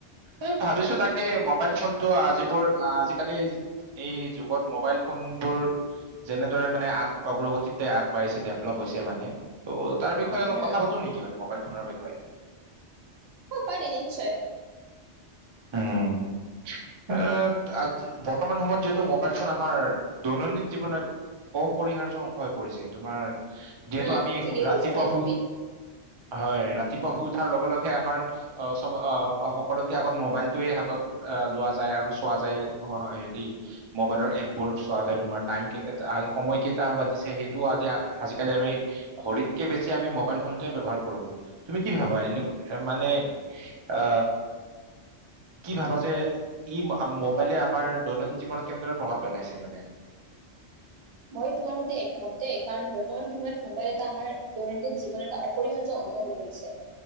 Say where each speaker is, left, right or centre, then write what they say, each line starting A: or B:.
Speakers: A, on the right; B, on the right.
A: এ ভাবিছো তাকে ম মোবাইল ফোনটো আজি মোৰ আজিকালি এই যুগত মোবাইল ফোনবোৰ যেনেদৰে মানে আ। অগ্ৰগতিতে আগবাঢ়িছে। ডেভলপ হৈছে মানে ত'। তাৰ বিষয়ে অলপ
B: উম
A: কথা পাতো নেকি মানে মোক। ম'বাইল ফোনৰ বিষয়ে।
B: অ পাৰি নিশ্চয়।
A: উম এ আজ বৰ্তমান সময়ত যিহেতু মোবাইল ফোন আমাৰ দৈনন্দিন জীৱনত অপৰিহাৰ্য অংশ হৈ পৰিছে তোমাৰ। যিহেতু
B: উম
A: আমি
B: ঠিকেই
A: শু- ৰাতিপুৱা
B: কৈছা দেই
A: শুই
B: তুমি।
A: হয় ৰাতিপুৱা শুই উঠাৰ লগে লগে আমাৰ। অ চব সকলোকে আগত মোবাইলটোৱে হাতত লোৱা যায় আৰু চোৱা যায় হেৰি মোবাইলৰ এপ বোৰ চোৱা যায় তোমাৰ টাইম সময় কেইটা বাজিছে সেইটোও আজি আজিকালি আমি ঘড়ীতকে বেছি আমি মোবাইল ফোনটোৱে ব্যৱহাৰ কৰো তুমি কি ভাবা এনেকুৱা মানে। অ কি ভাবা যে ই মোবাইলে আমাৰ দৈনন্দিন জীৱনত কেনেদৰে প্ৰভাৱ পেলাইছে মানে
B: মই তোমাৰ সৈতে একমত দেই কাৰণ বৰ্তমান সময়ত মোবাইল এটা আমাৰ দৈনন্দিন জীৱনৰ এটা অপৰিহাৰ্য অংগ হৈ পৰিছে